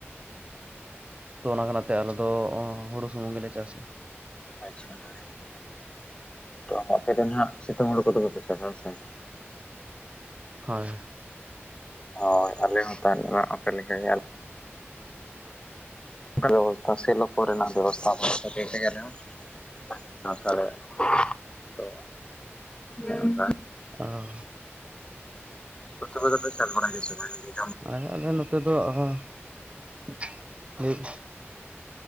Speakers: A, on the right; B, on the left.
A: ᱛᱚ ᱚᱱᱟ <unintelligible> ᱟᱞᱮ ᱫᱚ ᱦᱩᱲᱩ ᱥᱩᱢᱩᱝ ᱜᱮᱞᱮ ᱪᱟᱥᱟ।
B: ᱟᱪᱪᱷᱟ ᱦᱳᱭ। ᱛᱚ ᱟᱯᱮ ᱫᱚ ᱱᱷᱟᱜ ᱥᱤᱛᱩᱝ ᱦᱩᱬᱩ ᱠᱚ ᱫᱚ ᱵᱮᱯᱮ ᱪᱟᱥᱟ ᱥᱮ?
A: ᱦᱳᱭ᱾
B: ᱦᱳᱭ ᱟᱞᱮ ᱦᱚᱸ ᱛᱟᱦᱟᱞᱮ ᱢᱟ ᱟᱯᱮ ᱞᱮᱠᱟ ᱜᱮ ᱟᱞᱮ ᱵᱮᱵᱚᱥᱛᱟ ᱥᱮᱞᱚ ᱠᱚ ᱨᱮᱱᱟᱜ ᱵᱮᱵᱚᱥᱛᱷᱟ ᱵᱟᱹᱱᱩᱜ ᱠᱷᱟᱹᱛᱤᱨ ᱛᱮᱜᱮ ᱟᱞᱮ ᱦᱚᱸ ᱵᱟᱞᱮ <unintelligible> ᱪᱟᱥ ᱫᱟᱲᱮᱭᱟᱜᱼᱟ। <inaudible> ᱛᱚ ᱦᱮᱸ <unintelligible>
A: ᱚᱻ
B: <inaudible> ᱠᱚ ᱫᱚ ᱯᱮ ᱪᱟᱥ ᱵᱟᱲᱟᱭ ᱜᱮᱭᱟ ᱥᱮ ᱵᱟᱝ ᱜᱮ?
A: ᱵᱟᱝᱟ ᱟᱞᱮ ᱱᱚᱛᱮ ᱫᱚ <unintelligible> ᱢᱤᱫ